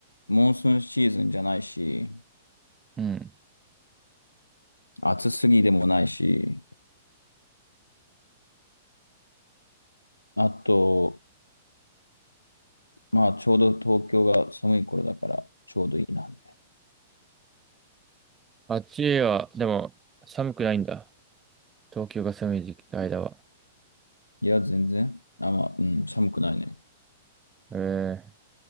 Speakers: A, on the left; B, on the right.
A: モンスーンシーズンじゃないし、
B: うん。
A: 暑すぎでもないし、あと、まあ、ちょうど東京が寒い頃だから、ちょうどいいな、みたいな。
B: あっちは、でも、寒くないんだ。東京が寒い時期の間は。
A: いや、全然。あ、まあ、うん、寒くないね。
B: ええ